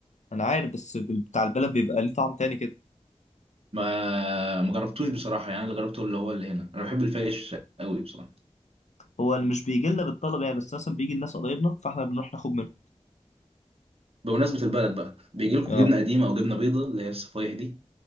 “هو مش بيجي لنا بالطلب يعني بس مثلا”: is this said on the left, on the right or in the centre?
Left